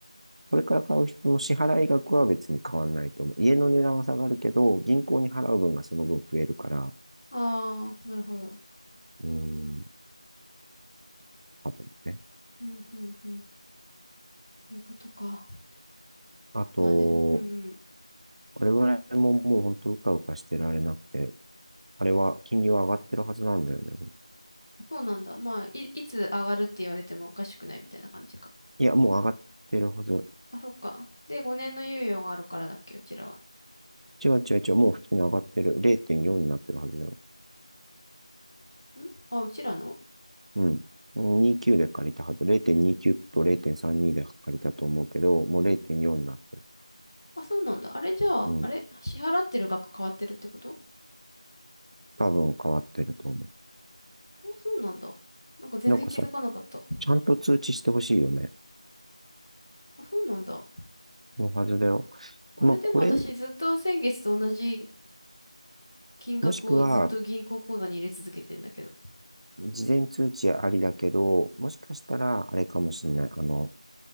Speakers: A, on the right; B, on the left.
A: これから買う人の支払い額は別に変わらないと思う。家の値段は下がるけど、銀行に払う分がその分増えるから、
B: ああ、なるほど。
A: うん、多分ね。
B: うん、うん、うん。ということか。
A: あと、
B: まあでも、うん、うん。
A: 我々ももう本当うかうかしてられなくて、あれは金利は上がってるはずなんだよね。
B: そうなんだ。まあ、い、いつ上がるって言われてもおかしくないみたいな感じか。
A: いや、もう上がってるはず。
B: あ、そっか。で、5年の猶予があるからだっけ、うちらは。
A: 違う違う違う、もう普通に上がってる。0.4になってるはずだよ。
B: んあ、うちらの
A: うん。29で借りたはず。0.29と0.32で借りたと思うけど、もう0.4になってる。
B: あ、そうなんだ。あれじゃあ、
A: うん。
B: あれ支払ってる額変わってるってこと
A: 多分変わってると思う。
B: あ、そうなんだ。なんか全然気づかなかった。
A: なんかさ、ちゃんと通知してほしいよね。
B: あ、そうなんだ。
A: のはずだよ。
B: あれでも私ずっと先月と同じ
A: まあ、これ、
B: 金額をずっと銀行口座に入れ続けてんだけど。
A: もしくは、事前通知ありだけど、もしかしたら、あれかもしれない。あの、